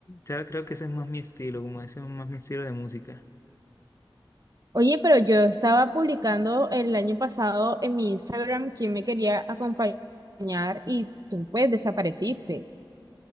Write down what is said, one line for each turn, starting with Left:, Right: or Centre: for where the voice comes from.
Left: ya creo que ese es más mi estilo, como ese es más mi estilo de música.
Right: Oye, pero yo estaba publicando el año pasado en mi Instagram quién me quería acompañar y tú pues desapareciste.